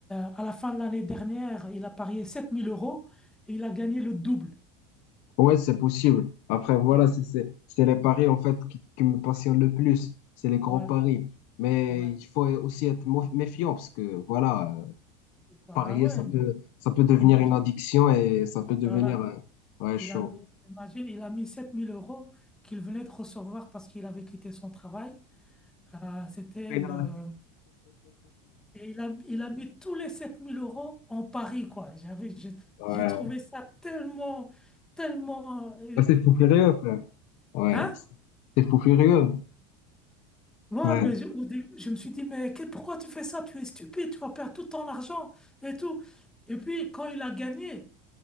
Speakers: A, in the centre; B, on the left.
A: à la fin de l'année dernière, il a parié 7000 euros et il a gagné le double.
B: Ouais, c'est possible. Après, voilà,
A: Il a...
B: c'est c'est- c'est les paris, en fait, qui, qui me passionnent le plus. C'est les gros
A: Ouais,
B: paris. Mais
A: ouais.
B: il faut aussi être mo- méfiant parce que, voilà, euh,
A: Ah
B: parier,
A: ouais,
B: ça peut, ça peut devenir
A: imagine.
B: une addiction et ça peut devenir,
A: Voilà.
B: euh, ouais,
A: Il
B: chaud.
A: a, imagine, il a mis 7000 euros qu'il venait de recevoir parce qu'il avait quitté son travail. Euh, c'était
B: Et
A: le...
B: là,
A: Et il a, il a mis tous les 7000 euros en Paris, quoi. J'avais, j'ai
B: Ouais.
A: j'ai trouvé ça tellement, tellement... euh,
B: Ah, c'est fou furieux, frère. Ouais.
A: Hein?
B: C'est fou furieux.
A: Ouais,
B: Ouais.
A: mais je, au début, je me suis dit, mais que- pourquoi tu fais ça? Tu es stupide, tu vas perdre tout ton argent et tout. Et puis, quand il a gagné